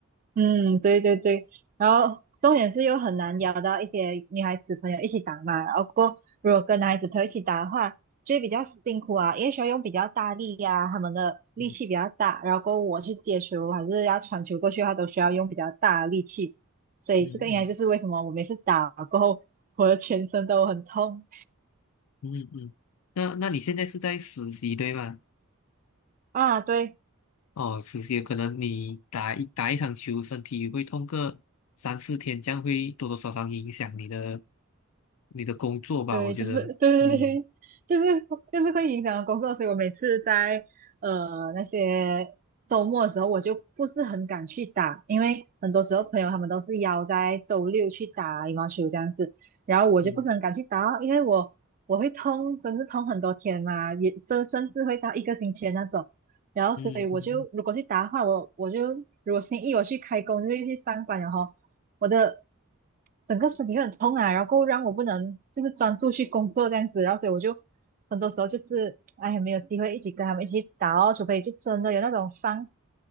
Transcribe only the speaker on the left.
嗯
嗯嗯嗯嗯，那那你现在是在实习对吗？
哦，实习可能你打一打一场球，身体会痛个三四天，这样会多多少少影响你的你的工作吧？
我觉得，
嗯
嗯
嗯嗯。